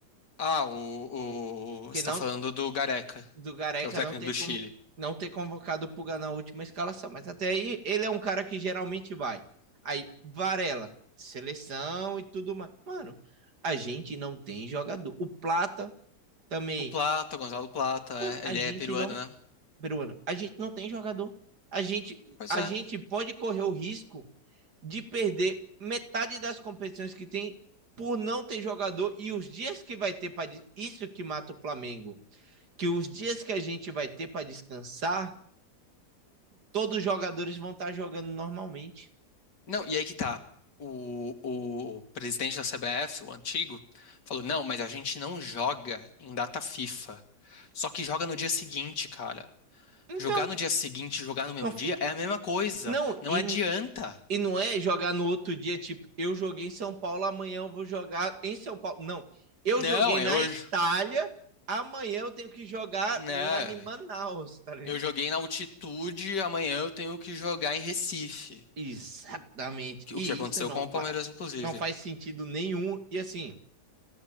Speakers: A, on the left; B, on the right.
A: Ah, o, o.
B: que
A: Você
B: não
A: tá falando do Gareca,
B: do Gareca
A: que é o técnico
B: não ter,
A: do
B: com-
A: Chile.
B: não ter convocado o Puga na última escalação. Mas até aí, ele é um cara que geralmente vai. Aí, Varela, seleção e tudo mais. Mano, a gente não tem jogador. O Plata também.
A: O Plata, o Gonzalo Plata,
B: Mano,
A: é,
B: a
A: ele
B: gente
A: é peruano,
B: não.
A: né?
B: Peruano, a gente não tem jogador. A gente,
A: Pois
B: a
A: é.
B: gente pode correr o risco de perder metade das competições que tem por não ter jogador e os dias que vai ter para isso que mata o Flamengo, que os dias que a gente vai ter para descansar todos os jogadores vão estar jogando normalmente.
A: Não, e aí que tá. O, o presidente da CBF, o antigo, falou: não, mas a gente não joga em data FIFA. Só que joga no dia seguinte, cara.
B: Então,
A: Jogar no dia seguinte e jogar no mesmo
B: não,
A: dia é a mesma coisa.
B: não
A: Não
B: e,
A: adianta.
B: e não é jogar no outro dia, tipo, eu joguei em São Paulo, amanhã eu vou jogar em São Paulo. Não, eu
A: Não,
B: joguei
A: é
B: na
A: hoje.
B: Itália, amanhã eu tenho que jogar
A: Né?
B: lá em Manaus, tá ligado?
A: Eu joguei na altitude, amanhã eu tenho que jogar em Recife.
B: Exatamente.
A: O
B: E
A: que aconteceu
B: isso não,
A: com
B: fa
A: o Palmeiras, inclusive.
B: não faz sentido nenhum. E assim,